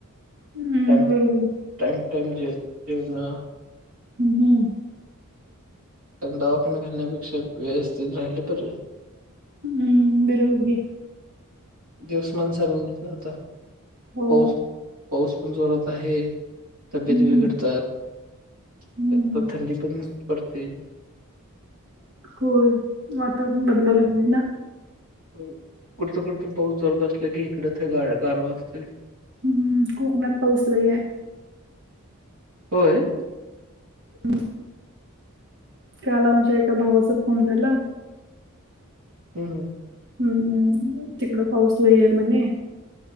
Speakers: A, on the right; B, on the right.
A: हम्म,
B: टयइम
A: बरोबर
B: टाइम ज जेव ना
A: ह् हम्म
B: कारण दावाखाने घालण्यापेक्षा व्यवस्थित राहिले ब
A: हम्म बरोबर घ
B: दिवसमान चालून घेत ना आता
A: हो
B: पाऊस पाऊस पण जोरात आहे तब्येत
A: हम्म.
B: बिघडतात
A: हम्म.
B: तर थंडी पण पडते
A: हो वातावरण बदला लागला ना
B: कुडत कुडत पाऊस जडत असले की इकडच ग गारवाजते
A: हम्म कोकणात पाऊसला आहे
B: होय
A: हम् काल आमच्या एका भावाचा फोन झाला
B: ह हं
A: हम्मम तिकडं पाऊसला आहे म्हणे